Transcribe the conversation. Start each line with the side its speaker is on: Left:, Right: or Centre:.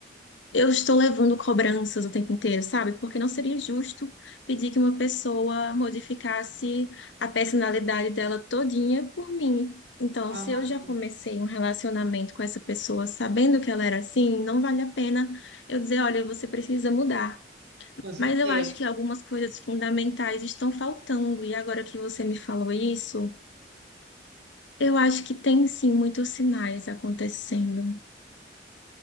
Left: eu estou levando cobranças o tempo inteiro, sabe? Porque não seria justo pedir que uma pessoa modificasse a personalidade dela todinha por mim. Então,
Right: Aham,
Left: se eu já comecei um relacionamento com essa pessoa sabendo que ela era assim, não vale a pena eu dizer, olha, você precisa mudar.
Right: com certeza.
Left: Mas eu acho que algumas coisas fundamentais estão faltando, e agora que você me falou isso, eu acho que tem sim muitos sinais acontecendo.